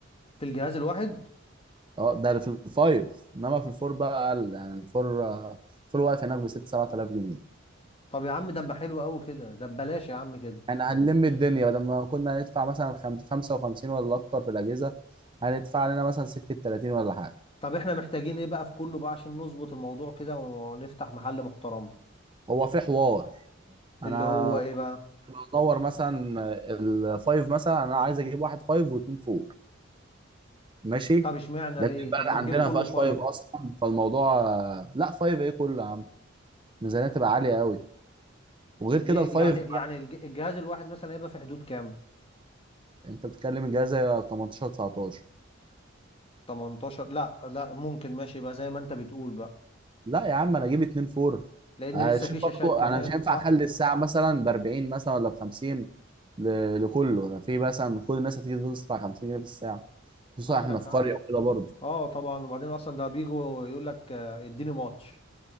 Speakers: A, on the left; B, on the right.
A: في الجهاز الواحد
B: اه ده في الفايف انما في الفور بقى اقل يعني الفور الفور واقف هناك ب 6 7000 جنيه
A: طب يا عم ده ما حلو قوي كده ده ببلاش يا عم كده
B: يعني هنلم الدنيا بدل ما كنا هندفع مثلا خم- 55 ولا اكتر في الاجهزه هندفع لنا مثلا سكه 30 ولا حاجه
A: طب احنا محتاجين ايه بقى في كله بقى عشان نظبط الموضوع كده ونفتح محل محترم
B: هو في حوار
A: اللي
B: انا
A: هو ايه بقى
B: بدور مثلا الفايف مثلا انا عايز اجيب واحد فايف واثنين فور ماشي
A: طب اشمعنى
B: لان
A: ليه
B: البلد
A: طب ما
B: عندنا
A: نجيب كله
B: ما فيهاش
A: فايف
B: فايف اصلا فالموضوع لا فايف ايه كله يا عم الميزانيه تبقى عاليه قوي وغير
A: ليه
B: كده الفايف
A: يعني يعني الج- الجهاز الواحد مثلا هيبقى في حدود كام
B: انت بتتكلم الجهاز 18 19
A: 18 لا لا ممكن ماشي يبقى زي ما انت بتقول بقى
B: لا يا عم انا اجيب اتنين فور
A: لان
B: هشيل
A: لسه في
B: برضه
A: شاشات كمان
B: انا مش هينفع
A: صح
B: اخلي الساعه مثلا ب 40 مثلا ولا ب 50 ل- لكله انا في مثلا من كل الناس هتيجي تدفع 50 جنيه في الساعه خصوصا
A: عندك
B: احنا في
A: حق
B: قريه وكده برضه
A: اه طبعا وبعدين اصلا ده بيجوا يقول لك آه، اديني ماتش